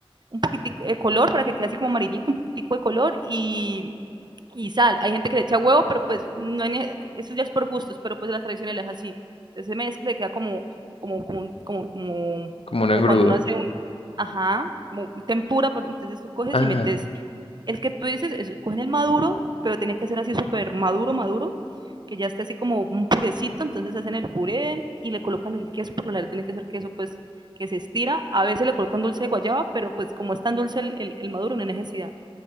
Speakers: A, on the right (about 50°); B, on the left (about 75°).
A: un poquitico de color para que quede así como amarillito, un poquitico de color y, y sal. Hay gente que le echa huevo, pero pues no hay ni- eso ya es por gustos, pero pues la tradicional es así. Entonces se mezcla y queda como, como, como, como, como,
B: como un
A: como
B: engrudo.
A: cuando uno hace un, ajá, como tempura, entonces tú coges
B: Ah,
A: y metes el que tú dices, es, cogen el maduro, pero tiene que ser así súper maduro, maduro, que ya esté así como un purecito, entonces hacen el puré y le colocan el queso, por lo general tiene que ser queso pues que se estira, a veces le colocan dulce de guayaba, pero pues como es tan dulce el, el, el maduro no hay necesidad,